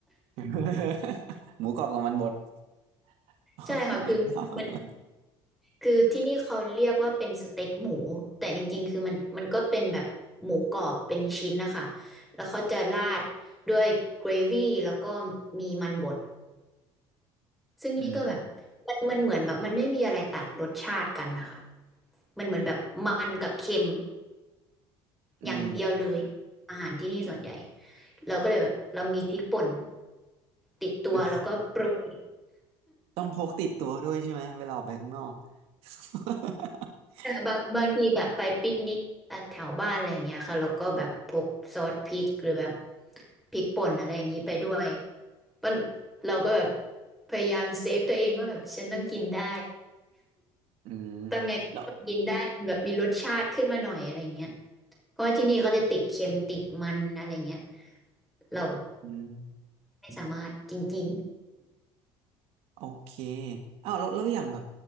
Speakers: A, on the right; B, in the centre.
A: <laughs> หมูกรอบกับมันบด <laughs> โอ้ยผมเห็นภาพ
B: ใช่ค่ะคือมันคือที่นี่เขาเรียกว่าเป็นสเต็กหมูแต่จริงๆคือมันมันก็เป็นแบบหมูกรอบเป็นชิ้นนะคะแล้วเขาจะราดด้วยเกรวี่แล้วก็มีมันบดซึ่งนี่ก็แบบมันมันเหมือนแบบมันไม่มีอะไรตัดรสชาติกันนะคะ
A: อืม
B: มันเหมือนแบบมันกับเค็ม
A: อืม
B: อย่างเดียวเลยอาหารที่นี่ส่วนใหญ่ เราก็เลยแบบเรามีพริกป่นติดตัวแล้วก็โปรย
A: นะต้องพกติดตัวด้วยใช่ไหมเวลาออกไปข้างนอก <laughs>
B: แต่บางบางทีแบบไปปิกนิกอ่ะแถวบ้านอะไรอย่างเงี้ยค่ะเราก็แบบพกซอสพริกหรือแบบพริกป่นอะไรอย่างงี้ไปด้วยก็เราก็แบบพยายามเซฟตัวเองว่าแบบฉันต้องกินได้
A: อืม
B: ทำไงก็กินได้แบบมีรสชาติขึ้นมาหน่อยอะไรอย่างเงี้ย
A: แล้ว
B: เพราะว่าที่นี่เขาจะติดเค็มติดมันอะไรเงี้ยเราแบบ
A: อืม
B: ไม่สามารถจริง
A: โอเคอ้าวแล้วแล้วอย่างแบบ